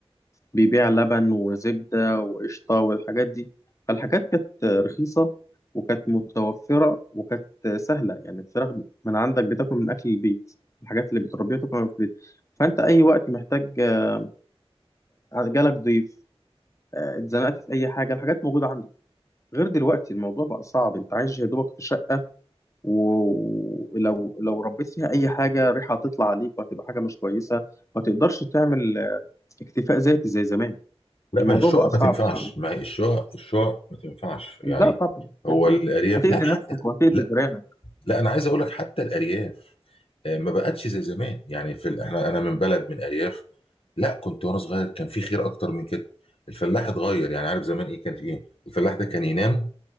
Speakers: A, on the left; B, on the left.
A: بيبيع لبن وزبدة وقشطة والحاجات دي فالحاجات كانت رخيصة وكانت متوفرة وكانت سهلة يعني الفراخ من عندك بتاكل من أكل البيت الحاجات اللي بتربيها تاكل من أكل البيت فأنت أي وقت محتاج آه، جالك ضيف آه، اتزنقت في اي حاجه الحاجات موجوده عندك غير دلوقتي الموضوع بقى صعب انت عايش يا دوبك في شقه ولو لو ربيت فيها اي حاجه ريحه هتطلع عليك وهتبقى حاجه مش كويسه ما تقدرش تعمل آه، اكتفاء ذاتي زي زمان
B: لا
A: الموضوع
B: ما هي الشقق
A: بقى صعب
B: ما تنفعش
A: شويه
B: ما هي الشقق الشقق ما تنفعش
A: لا
B: يعني
A: طبعا ما
B: هو
A: ينفعش
B: الأرياف
A: هتأذي
B: لا حتى
A: نفسك وهتأذي
B: لا
A: جيرانك
B: لا انا عايز اقول لك حتى الارياف آه، ما بقتش زي زمان يعني في ال- احنا انا من بلد من ارياف لا كنت وانا صغير كان في خير اكتر من كده الفلاح اتغير يعني عارف زمان ايه كان في ايه الفلاح ده كان ينام